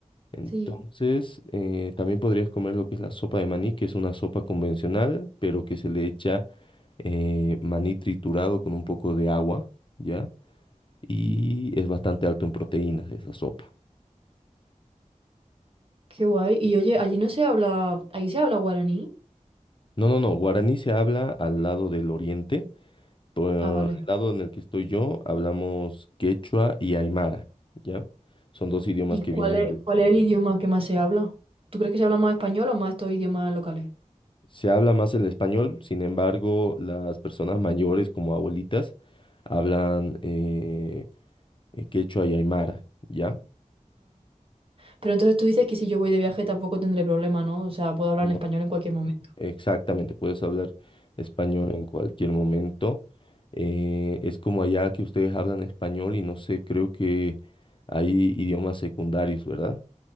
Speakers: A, on the left (about 40°); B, on the right (about 45°).
A: Entonces,
B: sí.
A: eh, también podrías comer lo que es la sopa de maní, que es una sopa convencional, pero que se le echa eh, maní triturado con un poco de agua, ¿ya? Y
B: Mm,
A: es bastante alto en proteínas esa sopa.
B: Qué guay. Y oye, allí no se habla... ¿Ahí se habla guaraní?
A: No, no, no, guaraní se habla al lado del oriente. Por el
B: Ah, vale.
A: lado en el que estoy yo, hablamos quechua y aymara, ¿ya? Son dos idiomas
B: ¿Y
A: que
B: cuál
A: vienen
B: es,
A: desde...
B: cuál es el idioma que más se habla? ¿Tú crees que se habla más español o más estos idiomas locales?
A: Se habla más el español, sin embargo, las personas mayores como abuelitas hablan eh, eh, quechua y aymara, ¿ya?
B: Pero entonces tú dices que si yo voy de viaje tampoco tendré problema, ¿no? O sea, puedo hablar
A: No,
B: en español en cualquier momento.
A: exactamente, puedes hablar español en cualquier momento. Eh, es como allá que ustedes hablan español y no sé, creo que hay idiomas secundarios, ¿verdad?